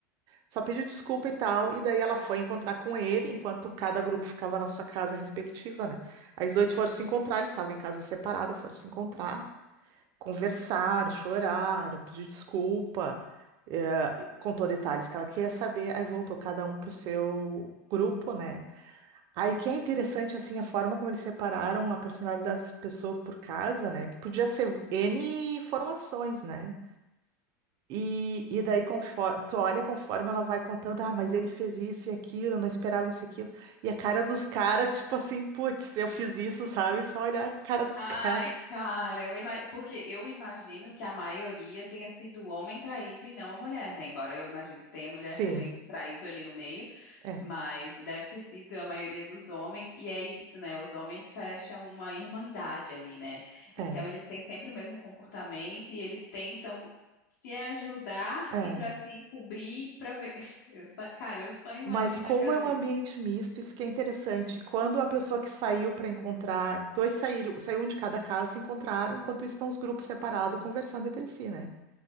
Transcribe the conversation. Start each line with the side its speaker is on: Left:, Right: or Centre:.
Right: só pediu desculpa e tal, e daí ela foi encontrar com ele, enquanto cada grupo ficava na sua casa respectiva, né? Aí os dois foram se encontrar, eles estavam em casa separada, foram se encontrar, conversaram, choraram, pediu desculpa, eh, contou detalhes que ela queria saber, aí voltou cada um pro seu grupo, né? Aí que é interessante, assim, a forma como eles separaram a personalidade das pessoas por casa, né? Que podia ser N formações, né? E, e daí
Left: Sim.
Right: conforme, tu olha conforme ela vai contando, ah, mas ele fez isso e aquilo, eu não esperava isso e aquilo. E a cara dos caras, tipo assim, putz, eu fiz isso, sabe? Só olhar a cara dos
Left: Ai,
Right: caras.
Left: cara, eu ima- porque eu imagino que a maioria tenha sido o homem traído e não a mulher, né? Embora eu imagino que tenha mulher
Right: Sim,
Left: também traído ali no meio.
Right: é,
Left: Mas deve ter sido a maioria dos homens, e é isso, né? Os homens fecham uma irmandade ali, né? Então
Right: é,
Left: eles têm sempre o mesmo comportamento e eles tentam se ajudar
Right: é.
Left: e para se encobrir, para ver. <laughs> Eu só- cara, eu só imagino
Right: Mas como
Left: a cara
Right: é
Left: dele.
Right: um ambiente misto, isso que é interessante. Quando a pessoa que saiu para encontrar, dois saíram, saiu um de cada casa, se encontraram, enquanto isso estão os grupos separados conversando entre si, né?